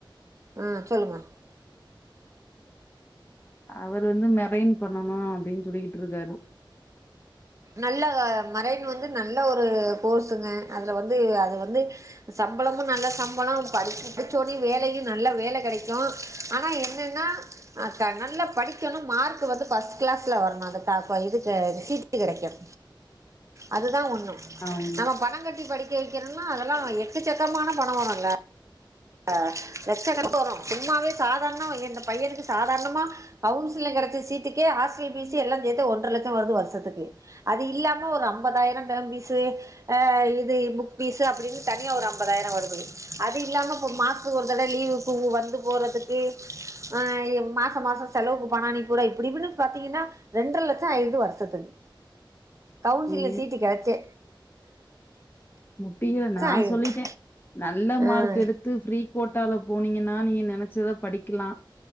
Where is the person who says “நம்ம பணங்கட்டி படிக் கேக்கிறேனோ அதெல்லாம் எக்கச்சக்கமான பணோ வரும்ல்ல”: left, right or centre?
Right